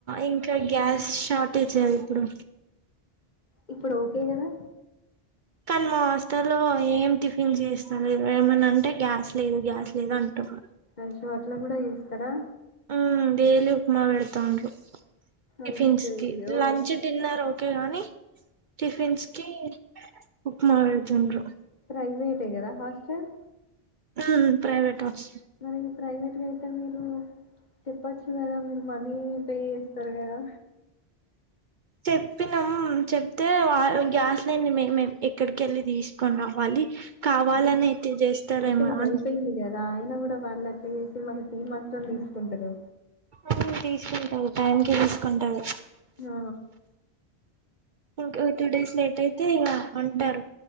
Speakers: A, on the right; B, on the left.
A: ఇంకా గ్యాస్ షార్టేజ్ అది ఇప్పుడు
B: ఇప్పుడు ఓకే గాదా‌
A: కాన్ మా హాస్టల్లో ఏం టిఫిన్ చేస్తార ఏమైనా అంటే గ్యాస్ లేదు గ్యాస్ లేదు అంటార్
B: అయ్యో అట్లా కూడా చేస్తారా
A: ఆ డైలీ ఉప్మా పెడతానురు టిఫిన్స్
B: అయ్యయ్యో
A: కి లంచ్ డిన్నర్ ఓ‌క్‌ కేయాన్ని టిఫిన్స్ కి ఉప్మా పెడుతుండ్రురు
B: ప్రైవేటీకదా హాస్టల్
A: అ ప్రైవేట్ హస్
B: మరి ప్రైవేట్ గా అయితే మీరు చెప్పచ్చు కదా మీరు మనీ పే చేస్తారు కదా
A: చెప్పినామం చెప్తే వా గ్యాస్ లైని మె ఎక్కడికి తీసుకొ రావాలి కావాలని
B: గ్యాన
A: అయితే చేస్తారేమో
B: షార్టేజ్
A: అని
B: అయిపోయింది కదా ఆయన కూడా వాళ్ళ అట్లా చేస్తే మనకి చిత్రం తీసుకుంటారు
A: అ తీసుకుంటారు టైం కి తీసుకుంటారు
B: ఆ
A: ఇంక టూ డేస్ లేట్ అయితే ఇగ అంటారు